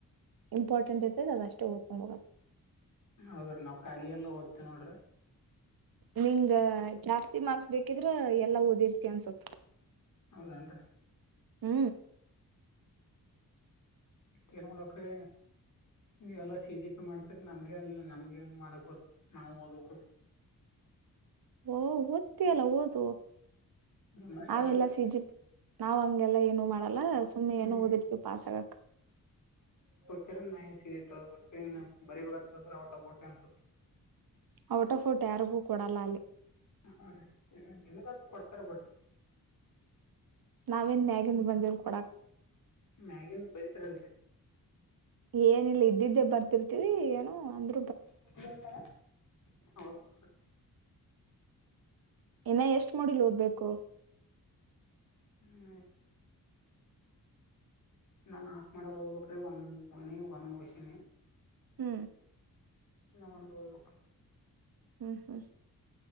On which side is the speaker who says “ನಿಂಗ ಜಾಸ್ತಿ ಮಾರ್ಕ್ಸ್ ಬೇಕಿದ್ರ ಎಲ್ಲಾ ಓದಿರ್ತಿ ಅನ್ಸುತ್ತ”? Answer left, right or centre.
Right